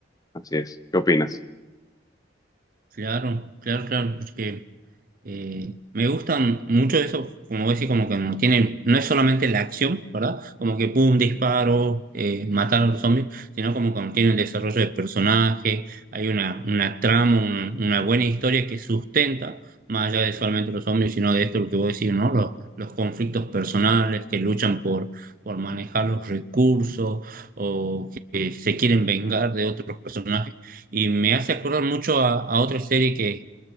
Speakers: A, on the left; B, on the right.
A: Así es. ¿Qué opinas?
B: Claro, claro, claro, porque Eh, me gustan mucho eso, como vos decís, como que no tienen, no es solamente la acción, ¿verdad? Como que pum, disparo, eh, matar a los zombies, sino como que tiene un desarrollo de personaje, hay una, una trama, un- una buena historia que sustenta, más allá de solamente los zombies, sino de esto lo que vos decís, ¿no? Los, los conflictos personales que luchan por, por manejar los recursos o que se quieren vengar de otros personajes. Y me hace acordar mucho a, a otra serie